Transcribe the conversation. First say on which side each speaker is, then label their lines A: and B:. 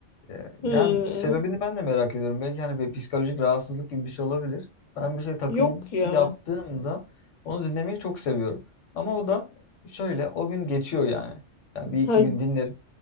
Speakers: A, on the left; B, on the left.
A: E,
B: Hı,
A: Yani sebebini ben de merak ediyorum. Belki hani bir psikolojik rahatsızlık gibi bir şey olabilir. Ben bir şey takıntı
B: Yok ya.
A: yaptığımda onu dinlemeyi çok seviyorum. Ama o da şöyle o gün geçiyor yani. Yani bir iki
B: Ha,
A: gün dinlerim